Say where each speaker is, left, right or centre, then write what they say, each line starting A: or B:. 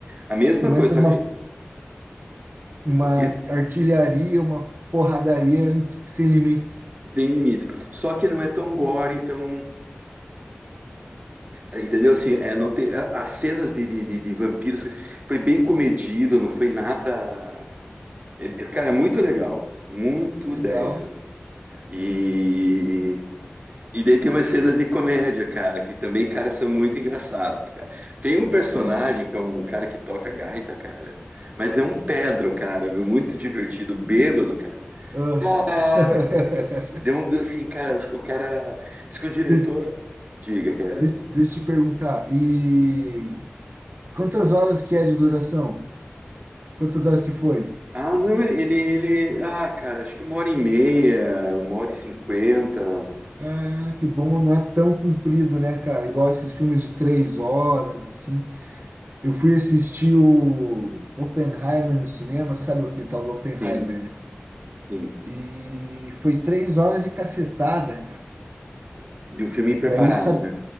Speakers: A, on the right; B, on the right.
A: a mesma
B: Começa
A: coisa, só
B: uma
A: que,
B: Uma
A: o que-
B: artilharia, uma porradaria sem limites.
A: tem limite. Só que não é tão gore, tão, entendeu? Assim, é, não tem a- as cenas de, de, de de vampiros foi bem comedido, não foi nada. É- é, Cara, é muito legal. Muito
B: Legal.
A: 10 ó. E. E daí tem umas cenas de comédia, cara, que também, cara, são muito engraçados, cara. Tem um personagem que é um cara que toca gaita, cara, mas é um Pedro, cara, meu, muito divertido, bêbado, cara.
B: Ah.
A: Cara,
B: <laughs>
A: cara, cara. deu um assim, cara, o cara, diz que o diretor,
B: Des-
A: diga, cara.
B: de- Deixa eu te perguntar. E quantas horas que é de duração? Quantas horas que foi?
A: Ah, não, ele, ele, ele- ah, cara, acho que uma hora e meia, uma hora e cinquenta,
B: Ah, que bom, não é tão comprido, né, cara? Igual esses filmes de três horas, assim. Eu fui assistir o Oppenheimer no cinema, sabe aquele tal do Oppenheimer,
A: sim,
B: né?
A: sim,
B: E foi três horas e cacetada, cara.
A: de um filme preparado,
B: Daí, sabe
A: né?